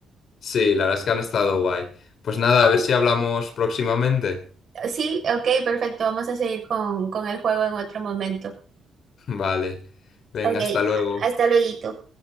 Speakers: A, on the left (about 60°); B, on the right (about 55°).
A: Sí, la verdad es que han estado guay. Pues nada, a ver si hablamos próximamente.
B: Sí, ok, perfecto. Vamos a seguir con, con el juego en otro momento.
A: <laughs> Vale. Venga,
B: Ok,
A: hasta luego.
B: hasta luego.